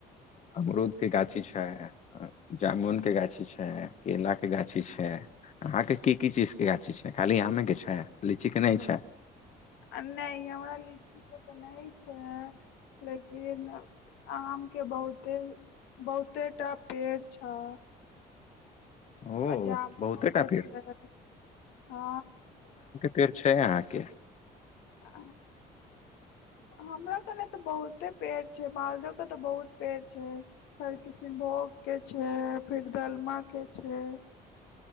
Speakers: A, on the left (about 45°); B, on the left (about 90°).
A: अमरूद के गाछी छाय जामुनके गाछी छाय केलाके गाछी छाय अहाँके की की चीजके गाछी छै खाली आमेके छाय लीचीे नै छै
B: आ नै हमरा लीची के तऽ नै छै लेकिन आम के बहुते बहुतेटा पेड़ छ
A: ओ
B: आजामुनो
A: बहुतेटा
B: के
A: पेड़
B: छै हँ
A: फेर छै अहाँके
B: ह <unintelligible> हमरा कने तऽ बहुते पेड़ छै मालद के तऽ बहुत पेड़ छै हर किसमभोग के छै फिर दलमा के छै